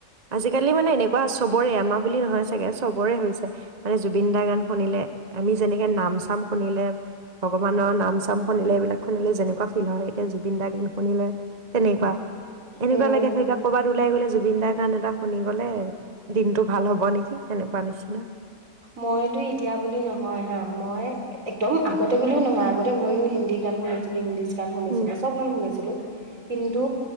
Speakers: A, on the right; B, on the right.
A: আজিকালি মানে এনেকুৱা চবৰে আমাৰ বুলি নহয় চাগে চবৰে হৈছে মানে জুবিন দা গান শুনিলে আমি যেনেকে নাম চাম শুনিলে ভগৱানৰ নাম চাম শুনিলে এইবিলাক শুনিলে যেনে <unintelligible> ফিল হয় এতিয়া জুবিন দাৰ গোন শুনিলে তেনেকুৱা। এনেকুৱা
B: উম।
A: লাগে <unintelligible> ক'ৰবাত ওলাই গ'লে জুবিন দাৰ গান এটা শুনি গ'লে দিনটো ভাল হ'ব নেকি এনেকুৱা নিচিনা
B: মইতো এতিয়া বুলি নহয় হা। মই একদম আগতে বুলিও নহয় আগতে মইও। হিন্দী গান শুনিছিলো, ইংলিছ গান শুনিছিলো,
A: উম
B: চব গান শুনিছিলো কিন্তু